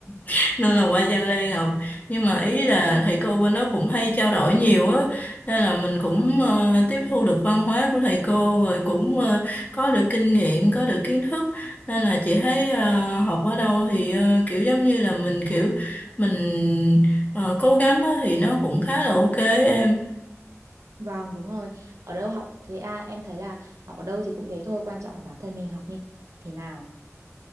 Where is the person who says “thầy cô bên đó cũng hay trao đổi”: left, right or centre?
Left